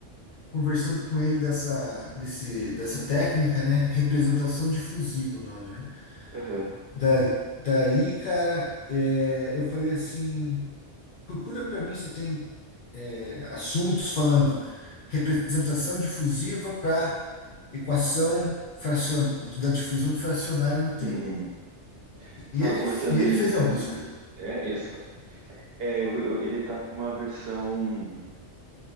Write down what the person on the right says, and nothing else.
Aham.
Uhum. Estava
conversando
em,
em- é, esse, é eu- eu- ele tá com uma versão,